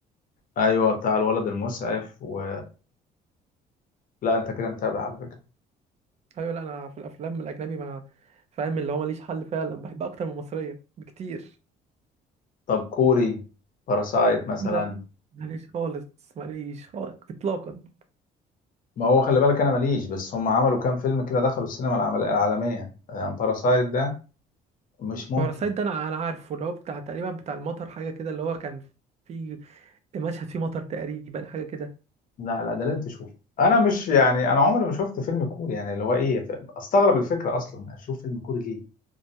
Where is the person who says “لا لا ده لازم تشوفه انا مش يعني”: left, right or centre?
Left